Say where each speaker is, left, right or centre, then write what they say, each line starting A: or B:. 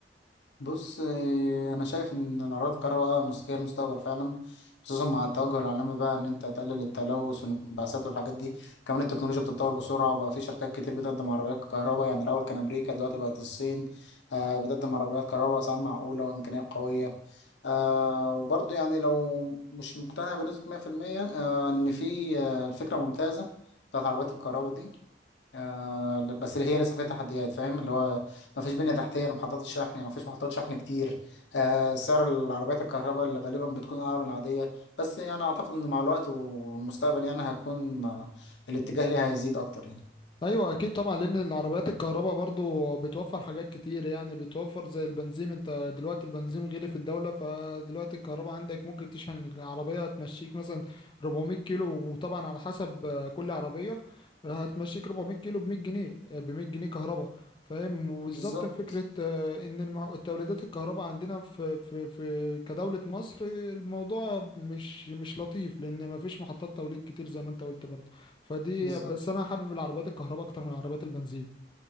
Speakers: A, on the left; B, on the left.
A: بص إيه، انا شايف ان الاراضي الكهرباء مس- هي المستقبل فعلا خصوصا مع التوجه العالمي بقى ان انت تقلل التلوث والانبعاثات والحاجات دي كمان التكنولوجيا بتتطور بسرعه وبقى في شركات كتير بتقدم عربيات كهرباء يعني الاول كان امريكا دلوقتي بقت الصين آه بتقدم عربيات كهرباء اسعار معقوله وامكانيات قويه آه وبرضه يعني لو مش مقتنع بنسبه 100% آه ان في آه الفكره ممتازه بتاعت عربيات الكهرباء دي آه بس هي لسه فيها تحديات فاهم اللي هو ما فيش بنية تحتية لمحطات الشحن يعني ما فيش محطات شحن كتير آه سعر العربيات الكهرباء اللي غالبا بتكون أعلى من العادية بس يعني أعتقد إن مع الوقت والمستقبل يعني هتكون آه الاتجاه ليها هيزيد أكتر يعني
B: ايوه اكيد طبعا لان العربيات الكهرباء برضو بتوفر حاجات كتير يعني بتوفر زي البنزين انت دلوقتي البنزين غلي في الدوله فدلوقتي الكهرباء عندك ممكن تشحن العربيه تمشيك مثلا 400 كيلو وطبعا على حسب آه، كل عربيه هتمشيك 400 كيلو ب 100 جنيه ب 100 جنيه كهرباء فاهم وبالظبط
A: بالظبط
B: فكره آه، ان المع- التوليدات الكهرباء عندنا في في في كدوله مصر الموضوع مش مش لطيف لان مفيش محطات توليد كتير زي ما انت قلت برضو فدي
A: بالظبط
B: بس انا حابب العربيات الكهرباء اكتر من العربيات البنزين